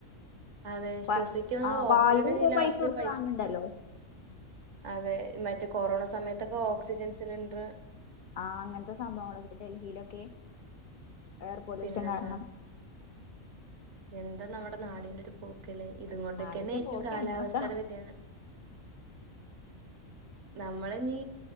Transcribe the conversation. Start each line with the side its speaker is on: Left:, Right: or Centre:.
Right: അതെ
Left: പ-
Right: ശ്വസിക്കുന്ന
Left: ആ വായു
Right: ഓക്സിജന്
Left: ഇപ്പൊ
Right: ലാസ്റ്റ്
Left: കൊടുത്ത്
Right: പൈസ
Left: വാങ്ങണ്ടല്ലോ
Right: അതെ മറ്റേ കൊറോണ സമയത്തൊക്കെ ഓക്സിജൻ സിലിണ്ട്റ്
Left: ആഹ് അങ്ങൻത്തെ സംഭവങ്ങളൊക്കെ ഡൽഹിയിലൊക്കെ എയർ പൊല്യൂഷം
Right: പിന്നെന്താ
Left: കാരണം
Right: എന്താ നമ്മ്ടെ നാടിന്റെ ഒര് പോക്ക്ലെ ഇത് കൊൻണ്ടൊക്കെന്നെരിക്കും
Left: നാടിന്റെ പോക്ക്
Right: കാലാവസ്ഥടെ
Left: എങ്ങോട്ടാ
Right: വ്യതിയാനം നമ്മള് ഞീ